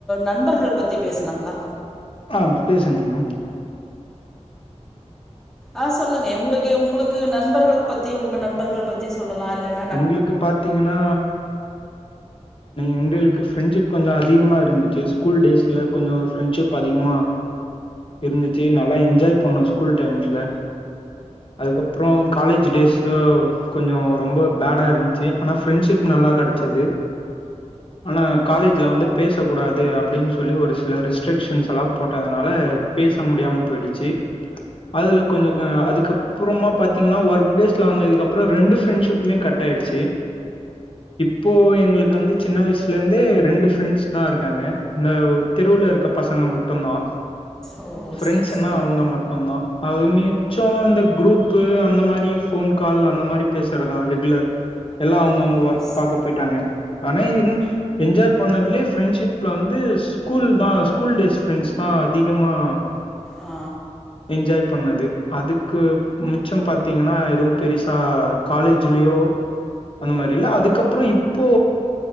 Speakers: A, in the centre; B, on the left (about 45°).
A: நண்பர்கள் பத்தி பேசலாங்ளா
B: ஆ பேசுங்க மேம்
A: ஆ சொல்லுங்க உங்களுக்கு உங்களுக்கு நண்பர்கள் பத்தி உங்க நண்பர்கள் பத்தி சொல்லலா இல்லன்
B: உங்களுக்கு பாத்தீங்னா எங்களுக்கு ஃப்ரெண்ட்ஷிப் கொஞ்ச அதிகமா இருந்துச்சு ஸ்கூல் டேஸ்ல கொஞ்ச ஃப்ரெண்ட்ஷிப் அதிகமா இருந்துச்சு நல்லா என்ஜாய் பண்ணோ ஸ்கூல் டைம்ஸ்ல அதுக்கப்றோ காலேஜ் டேஸ்ல கொஞ்சோ ரொம்ப பேடா இருந்ச்சு ஆனா ஃப்ரெண்ட்ஷிப் நல்லா கெடச்சது ஆனா காலேஜ்ல வந்து பேச கூடாது அப்டின்னு சொல்லி ஒரு சில ரிஸ்ட்ரிக்ஷன்ஸ் எல்லா போட்டதுனால பேச முடியாம போயிடுச்சு அதுல கொஞ்சொ அதுக்கப்புறமா பாத்தீங்கன்னா ஒர்க் டேஸ்ல வந்ததுக்குப்பறோ ரெண்டு பிரெண்ட்ஸி ப்புமே கட் ஆயடுச்சு இப்போ எங்களுக்கு வந்து சின்ன வயசுலருந்தே ரெண்டு ஃப்ரெண்ட்ஸ் தா இருக்காங்க இந்த திருவள்ளுர் ருக்க பசங்க மட்டும் தா
A: ஓ
B: ஃரெண்ட்ஸ்ஸுனா
A: சரி சரிங்க
B: அவங்க மட் ஆம்ம அது மிச்சோ இந்த குரூப்பு அந்த மாரி போன் கால் அந்த மாரி பேச க்கறதா ரெகுலர் எல்லா அவங் அவங்க
A: ஓ
B: ஒர்க்
A: ஸ்-
B: பாக்க போயிட்டாங்க ஆனா இந் எஜ்ஜாய் பண்ணதுலயே ஃப்ரெண்ட்ஷிப்ல வந்து ஸ்கூல் தா ஸ்கூல் டேஸ் ஃப்ரெண்ட்ஸ் தா அதிகமா
A: ஆ
B: என்ஜாய் பண்ணது அதுக்கு மிச்சம் பாத்தீங்கன்னா எதுவும் பெருசா காலேஜிலேயோ அந்த மாரி இல்ல அதுக்கப்பறோ இப்போ